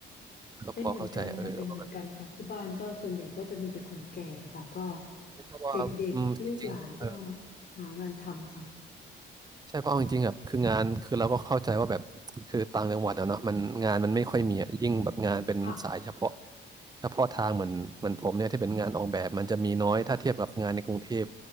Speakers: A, on the right; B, on the left.
A: ก็พอเข้าใจเออว่าแบบ
B: เป็นเหมือนกันค่ะเป็นเหมือนกันค่ะที่บ้านก็ส่วนใหญ่ก็จะมีแต่คนแก่ค่ะก็
A: เพราะว่าอืมจริงๆเออ
B: เด็กๆลูกหลานก็หางานทำค่ะ
A: ใช่เพราะเอาจริงๆแบบคืองานคือเราก็เข้าใจว่าแบบคือต่างจังหวัดอะเนาะมันงานมันไม่ค่อยมีอะยิ่งแบบงานเป็นสายเฉพาะ
B: ค่ะ
A: เฉพาะทางเหมือนเหมือนผมเนี่ยที่เป็นงานออกแบบมันจะมีน้อยถ้าเทียบกับงานในกรุงเทพ